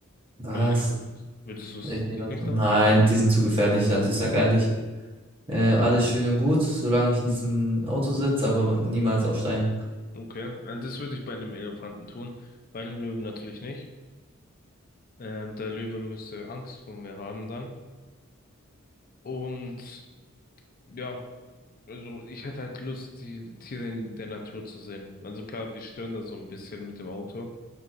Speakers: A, on the right; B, on the left.
A: Was?
B: Aber ich glaube, würdest du es
A: Ich nehme
B: dich
A: das
B: nicht
A: mal.
B: trauen?
A: Nein, die sind zu gefährlich. Also ich sag ehrlich. Äh, alles schön und gut, solange ich in diesem Auto sitze, aber niemals aussteigen.
B: Okay, also das würde ich bei einem Elefanten tun, bei einem Löwen natürlich nicht. Ähm, der Löwe müsste Angst vor mir haben dann. Und ja, also ich hätte halt Lust, die Tiere in der Natur zu sehen. Also klar, wir stören da so ein bisschen mit dem Auto,